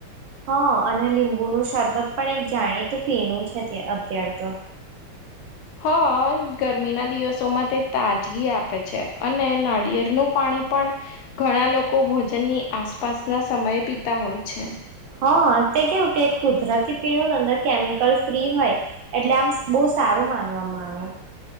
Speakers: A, on the right (about 70°); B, on the left (about 80°).
A: હા અને લીંબુ ન શરબત પણ એક જાણીતું પીણું છે અત્યાર તો
B: હા ગરમીના દિવસોમાં તે તાજગી આપે છે અને નાળિયેળનુંું પાણી પણ ઘણા લોકો ભોજનની આસપાસ ના સમયે પીતા હોય છે.
A: હા તે કેવું કે કુદરતી પીણું અંદર કેમિકલ ફ્રી હોય એટલે આમ બહુ સારું શ માનવામાં આવે.